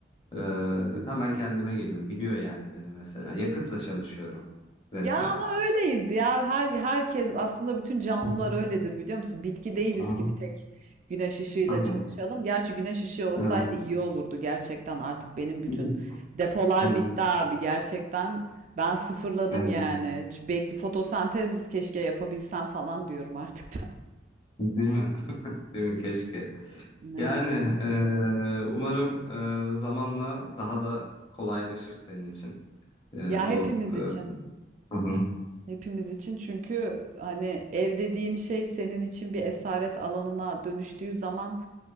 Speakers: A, on the left (about 30°); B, on the right (about 45°).
A: Ee,
B: Kesinlikle.
A: hemen kendime geliyorum. Biliyor yani beni mesela. Yakıtla çalışıyorum resmen.
B: Ya ama öyleyiz ya. Her herkes aslında bütün canlılar
A: Hı hı.
B: öyledir biliyor musun? Bitki değiliz
A: Hı hı.
B: ki bir tek güneş ışığıyla
A: Tabii.
B: çalışalım. Gerçi güneş ışığı olsaydı
A: Evet.
B: iyi olurdu gerçekten. Artık benim bütün
A: <laughs>
B: depolar
A: Evet.
B: bitti abi gerçekten. Ben sıfırladım
A: Evet.
B: yani. Şu Bekli fotosentez keşke yapabilsem falan diyorum artık da. <laughs>
A: Değil mi? <laughs> Değil mi? Keşke.
B: Ne?
A: Yani eee, umarım eee, zamanla daha da kolaylaşır senin için. Eee,
B: Ya
A: bu
B: hepimiz
A: eee,
B: için.
A: hı hı.
B: Hepimiz için çünkü hani ev dediğin şey senin için bir esaret alanına dönüştüğü zaman